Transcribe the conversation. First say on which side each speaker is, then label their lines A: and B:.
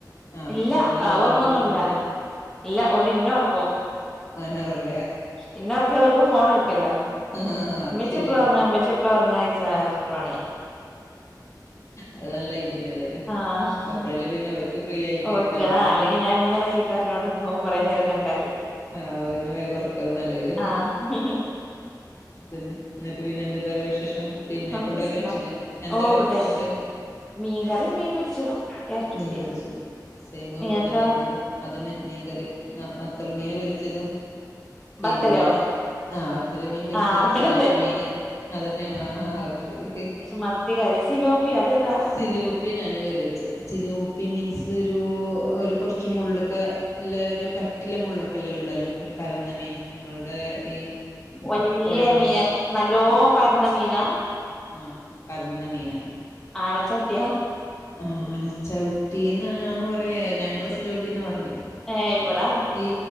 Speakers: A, on the left; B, in the centre.
A: ആഹ്
B: ഇല്ല
A: ഒറങ്ങലൊന്നുല്ല
B: ആ ഒർങൊന്നുല്ല
A: അവരൊന്നും ഒറങ്ങില്ല
B: ഇല്ല ഓര് ഇന്നൊർക്കും
A: പതിനാറ് <unintelligible>
B: ഇനെ ഒർക്ക്യാ ഓൽക്ക് ഫോണ് ഇട്ക്കല്ലോ
A: ആഹ് അത്
B: ഇമ്മച്ചി
A: ശരിയാണ്
B: എപ്പളാ ഒർങ്ങാ ഇമ്മച്ചി എപ്പളാ ഒർങ്ങാ ച്ച നട്ക്ക്ണ പണ്യ
A: അത് നല്ല ഐഡിയാണ് ഏതായാലും
B: ആഹ്
A: അപ്പഴല്ലേ പിന്നെ അവർക്ക് ഫ്രീ ആയിട്ട്
B: ഓർക്ക്
A: ഇരിക്കാൻ പറ്റുള്ളൂ
B: അല്ലെങ്കി ഞാന് ങ്ങനെ ചീത്തർഞ്ഞോണ്ട്ക്കും കൊറെ നേരം കണ്ടാല്
A: അപ പിന്നെ വേഗം ഒർക്കാവും നല്ലെല്ലേ ഹ്
B: ആഹ്
A: ഹ് പിന്നെ ന്ന്ട്ട് പിന്നെ എന്തൊക്കെ അവരെ വി ഷം പിന്നെ
B: ഒക്കെ
A: ഫുഡൊക്കെ
B: സുഖം
A: കഴിച്ചില്ലേ എന്താ
B: ഓ
A: ക
B: കഴിച്ചു
A: ഫുഡ്
B: മീൻകറി മീൻ പൊരിച്ചതും ക്യാരറ്റ്
A: മീൻ
B: ഉപ്പേരിം
A: പൊര്ച്ചത് സേമ്
B: നിങ്ങക്കോ
A: ഇവ്ടെത്തന്നെ <unintelligible> അത് തന്നെ മീൻകറി വത്തൾ മീന് പൊരി ച്ചതും പിന്നെ
B: ബത്തലോ
A: വത്തല് മീൻ പൊരിച്ചതും,
B: ആഹ് അവിടെ
A: സിലേപ്പി
B: തന്നെ
A: മീന്, അതന്നെണ് ആഹ് ശരി
B: പക്ഷെ മത്തി കറി സിലോപ്പി അതേതാ
A: സിലോപി ഞാന് കറി വെച്ചെ സിലോപ്പി മീൻസ് ഒരു ഒര് കോർച്ച് മുള്ളൊക്കെ ഇല്ലോരു കട്ടില്ലേ മുള്ളൊ <unintelligible> പരന്ന മീന് നമ്മൾടെ ഈ
B: വല്യ
A: പോഴ മീന്
B: മീന നല്ലോം പരന്ന മീനാ
A: ആഹ് പരന്ന മീനാണ്
B: ആനച്ചവ്ട്ടിയാ
A: ആനച്ചവ്ട്ടിന്നാ <unintelligible> ഞങ്ങള് സിലോപ്പിന്നാ പറയല്
B: ഏ <unintelligible>
A: ഈ